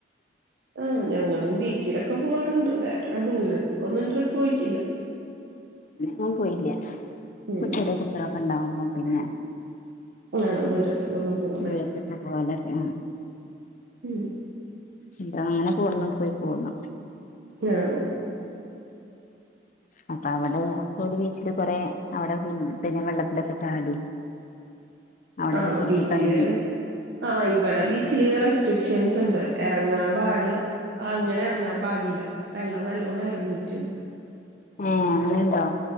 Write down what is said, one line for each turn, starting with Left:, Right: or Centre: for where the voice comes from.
Right: ആ ഞങ്ങളും ബീച്ചിലൊക്കെ പോവാറുണ്ട് വേറെ ദൂരത്ത്ക്ക് ഒന്നും ട്രിപ്പ് പോയിട്ടില്ല.
Left: ഞാൻ പോയില്ല ഇപ്പ
Right: ഉം
Left: ചെറിയ കുട്ടികളൊക്കെ ഉണ്ടാവുമ്പോ പിന്നെ
Right: ആ വരും <unintelligible>
Left: ദൂരത്തൊക്കെ പോവാലൊക്കെ
Right: ഉം
Left: എന്ത അങ്ങനെ പോന്നും പോയി പോന്നു
Right: <unintelligible>
Left: അപ്പ അവിടെ ഒരു ബീച്ചില് കൊറെ അവിടെ പിന്നെ വെള്ളത്തിലക്കെ ചാടി അവിടെൊക്കെ
Right: ആഹ്
Left: ചുറ്റി
Right: ബീച്ചില്
Left: കറങ്ങി
Right: ആഹ് ഇവിടെ ബീച്ചില് റെസ്ട്രിക്ഷൻസ് ഉണ്ട് ഇറങ്ങാൻ പാട് അങ്ങനെ ഇറങ്ങാൻ പാടില്ല വെള്ളം നല്ലോണ്ണം ഇറങ്ങിയിട്ടുണ്ട്.
Left: ഏഹ് അങ്ങനെണ്ടോ